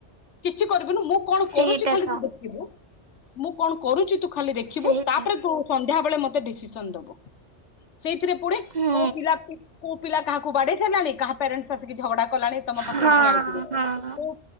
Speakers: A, on the left (about 75°); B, on the right (about 45°).
A: କିଛି କରିବିନୁ ମୁଁ କଣ
B: ସେଇଟା
A: କରୁଚି ଖାଲି
B: ତ
A: ତୁ ଦେଖିବୁ ମୁଁ କଣ କରୁଚି ତୁ ଖାଲି ଦେଖିବୁ
B: ସେଇଟା
A: ତାପରେ ତୁ ସନ୍ଧ୍ୟାବେେଳେ ମତେ ଡିସିସନ ଦବ। ସେଇଥିରେ ପୁଣି
B: ହୁଁ
A: କୋଉ ପିଲା ପି କୋଉ ପିଲା କାହାକୁ ବାଡେଇ ସାରିଲାଣି। କାହା ପ୍ୟାରେଣ୍ଟସ ଆସିକି ଝଗଡା କଲାଣି। ତମ
B: ହଁ
A: ପାଖରେ ଠିଆ ହେଇଥିବେ
B: ହଁ
A: କୋଉ